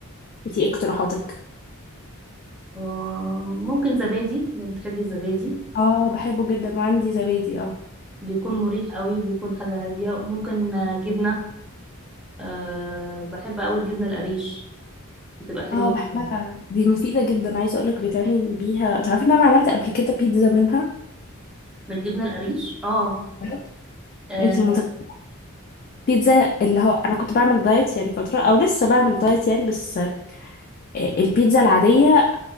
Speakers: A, on the left; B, in the centre.
A: انتي ايه اقتراحاتك
B: آه، ممكن زبادي لو بتحبي الزبادي
A: اه بحبه جدا وعندي زبادي اه
B: بيكون مريح قوي وبيكون حاجة هادية وممكن آه، جبنة أه بحب قوي الجبنة القريش بتبقى حلوة
A: اه
B: جدا
A: بحبها دي مفيده جدا عايزه اقولك بيتعمل بيها تعرفي ان انا عملت قبل كده بيتزا منها
B: من الجبنة القريش اه
A: بجد؟
B: اه
A: انتي متخيله بيتزا اللي هو انا كنت بعمل دايت يعني فتره او لسه بعمل دايت يعني بس آه، البيتزا العاديه